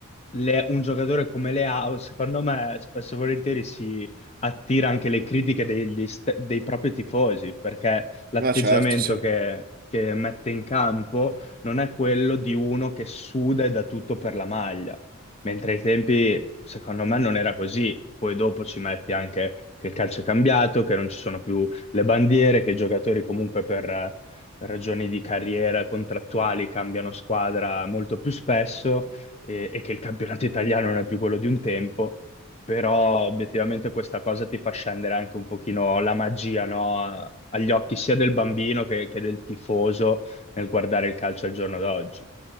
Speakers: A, on the left (about 30°); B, on the right (about 40°).
A: le- un giocatore come Leao, secondo me, spesso e volentieri si attira anche le critiche degli st- dei propri tifosi, perché l'atteggiamento
B: Ma certo, sì.
A: che che mette in campo non è quello di uno che suda e dà tutto per la maglia, mentre ai tempi, secondo me, non era così. Poi dopo ci metti anche che il calcio è cambiato, che non ci sono più le bandiere, che i giocatori comunque per eh, ragioni di carriera contrattuali cambiano squadra molto più spesso e, e che il campionato italiano non è più quello di un tempo. Però obiettivamente questa cosa ti fa scendere anche un pochino la magia, no? A- Agli occhi sia del bambino che, che del tifoso nel guardare il calcio al giorno d'oggi.